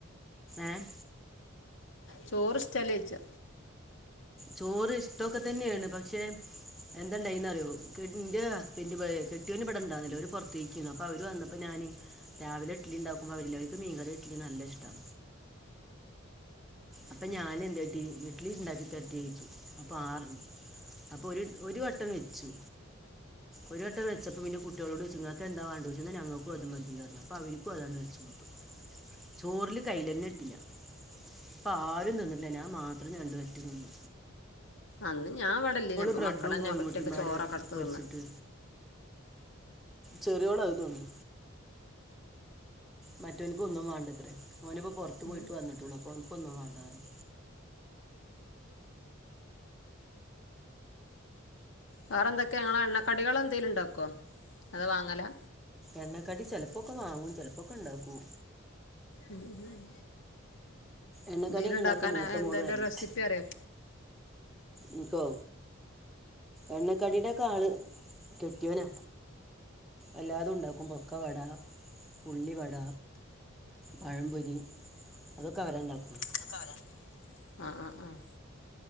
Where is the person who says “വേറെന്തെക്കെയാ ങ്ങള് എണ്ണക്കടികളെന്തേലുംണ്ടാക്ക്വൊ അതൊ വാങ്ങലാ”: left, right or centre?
Left